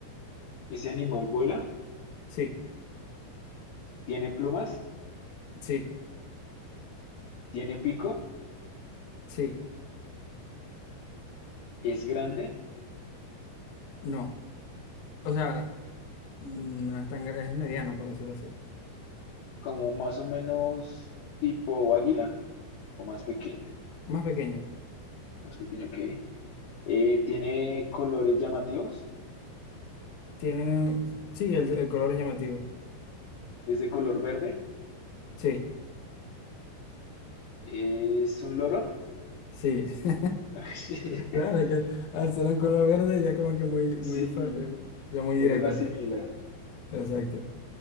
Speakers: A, on the left; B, on the left.
A: Ese animal vuela,
B: Sí,
A: tiene plumas,
B: sí,
A: tiene pico,
B: sí,
A: es grande,
B: no. O sea, no es tan... gra- es mediano, por decirlo así.
A: como más o menos tipo águila o más pequeño,
B: Más pequeño.
A: más pequeño que. Eh, tiene colores llamativos,
B: Tiene, sí, el, el color es llamativo.
A: es de color verde,
B: Sí,
A: es un loro.
B: sí. <laughs>
A: <laughs>
B: Claro, es que al ser un color verde ya como que muy,
A: Sí,
B: muy, fa- eh, ya muy
A: uno
B: directo,
A: lo asimila.
B: pues. Exacto.